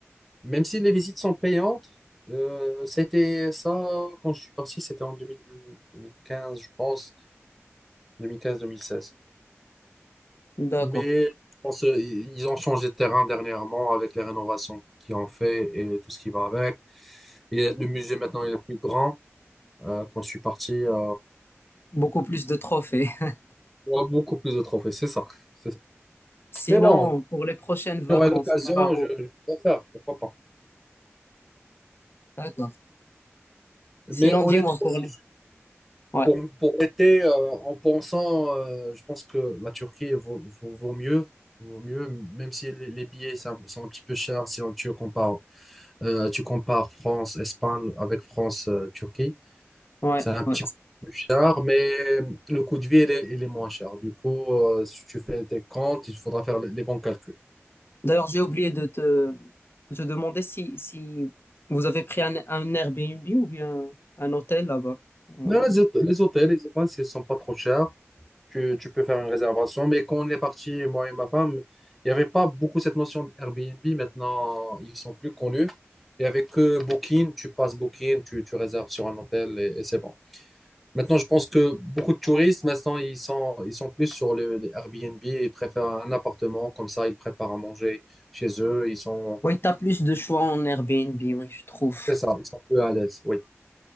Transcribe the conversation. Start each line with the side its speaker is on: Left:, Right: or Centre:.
Centre: Même si les visites sont payantes, euh, c'était ça, quand je suis parti, c'était en 2000 2015, je pense, 2015-2016.
Left: D'accord.
Centre: Mais je pense euh, ils ont changé de terrain dernièrement avec les rénovations qu'ils ont fait et tout ce qui va avec. Et le musée maintenant, il est plus grand. Euh, quand je suis parti, euh,
Left: Beaucoup plus de trophées. <laughs>
Centre: on a beaucoup plus de trophées, c'est ça. c'est ça.
Left: Sinon,
Centre: Mais bon,
Left: pour les prochaines vacances,
Centre: j'aurai l'occasion,
Left: tu pars
Centre: je,
Left: où?
Centre: je vais le faire, pourquoi pas.
Left: D'accord. Sinon,
Centre: Mais honnêtement,
Left: dis-moi pour
Centre: si
Left: les... Ouais,
Centre: Pour, pour l'été, euh, en pensant, euh, je pense que la Turquie vaut, vaut, vaut mieux, vaut mieux, même si les, les billets sont, sont un petit peu chers si on, tu compares, euh, tu compares France, Espagne avec France, euh, Turquie,
Left: ouais,
Centre: c'est un petit
Left: ouais.
Centre: peu plus cher, mais le coût de vie, il est, il est moins cher. Du coup, euh, si tu fais tes comptes, il faudra faire les les bons calculs.
Left: D'ailleurs, j'ai oublié de te, de te demander si, si vous avez pris un, un Airbnb ou bien un hôtel là-bas. Euh,
Centre: Mais Les, hôt- les hôtels, les hôtels, ils sont pas trop chers. tu, tu peux faire une réservation. Mais quand on est parti, moi et ma femme, il n'y avait pas beaucoup cette notion d'Airbnb. Maintenant, ils sont plus connus. Il n'y avait que Booking. Tu passes Booking, tu, tu réserves sur un hôtel et, et c'est bon. Maintenant, je pense que beaucoup de touristes, maintenant, ils sont, ils sont plus sur le, les Airbnb. Ils préfèrent un appartement. Comme ça, ils préparent à manger chez eux. Ils sont,
Left: Oui, t'as plus de choix en Airbnb, oui, je trouve.
Centre: c'est ça, ils sont peu à l'aise. Oui.